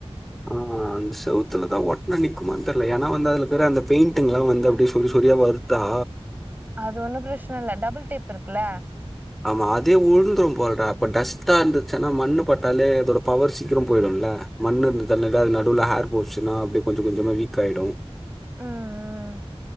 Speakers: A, in the centre; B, on the right.
A: ஆமா அந்த செவுத்துலதா ஒட்னா நிக்குமான் தெர்ல ஏனா வந்து அதுலக்குற அந்த பெயிண்டிங்ல்லா வந்து அப்டே சொரி சொரியா வருத்தா
B: அது ஒன்னு பிரச்சன இல்ல டபுள் டேப் இருக்குல்ல
A: ஆமா அதே உழுந்துரும் போல்டா இப்போ டஸ்ட்டா இருந்துச்சுன்னா மண்ணு பட்டாலே அதோட பவர் சீக்கிரோ போயிடுல மண்ணு இருந்த <unintelligible> அது நடுவுல ஹேர் போச்சுன்னா அப்டே கொஞ்ச கொஞ்சமா வீக்காய்டு
B: ம் ம்